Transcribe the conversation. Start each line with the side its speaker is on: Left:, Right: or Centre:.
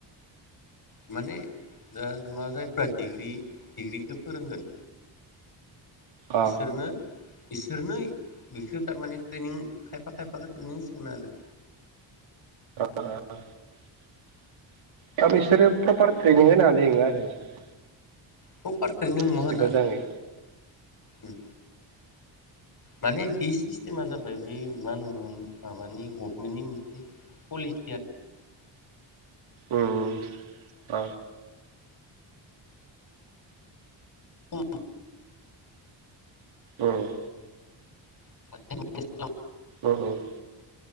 Left: माने दा मा जायफ्रा डिग्रि डिग्रिखौ फोरोंगोन
Right: अ
Left: इसोरनो इसोरनो बेखौ थारमाने ट्रेइनिं खायफा खायफाखौ ट्रेइनिं सिखायना होगोन।
Right: ओ दाबिसोरो प्रपार ट्रेइनिं होनो हानाय नङा आरो बिसोरो
Left: औ <unintelligible> महा होनो
Right: एसे
Left: होनो
Right: मोजाङै
Left: उ माने बिस सिस्टेमा जाबाय बे मा होनो माबानि गबमेननि मोनसे पलिस
Right: उम अ
Left: <unintelligible> <unintelligible>
Right: ओं
Left: <unintelligible>
Right: उम उम